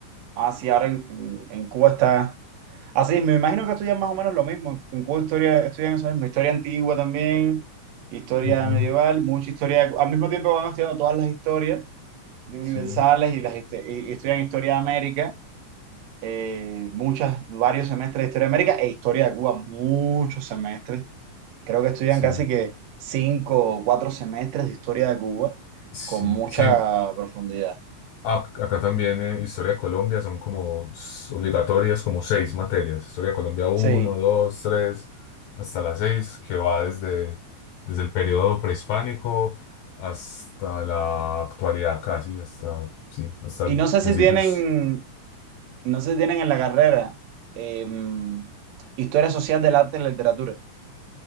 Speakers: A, on the right; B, on the left.
A: Ah, sí, ahora en, en- en Cuba está... Así, me imagino que estudian más o menos lo mismo. En Cuba historia, estudian eso mismo, historia antigua también, historia
B: Ujú,
A: medieval, mucha historia... Al mismo tiempo van estudiando todas las historias de universales
B: Sí,
A: y, las, histe- y- y estudian historia de América, eh, muchas, varios semestres de historia de América e historia de Cuba, muchos semestres. Creo que estudian
B: sí,
A: casi que cinco o cuatro semestres de historia de Cuba
B: sí,
A: con mucha
B: sí.
A: profundidad.
B: Ac- Acá también eh, Historia de Colombia son como s- obligatorias, como seis materias. Historia de Colombia uno
A: Sí.
B: 2 3 hasta la 6 que va desde, desde el periodo prehispánico hasta la actualidad casi, hasta, sí, hasta
A: Y
B: el-
A: no sé
B: principios.
A: si tienen, no sé si tienen en la carrera em, historia social del arte y la literatura.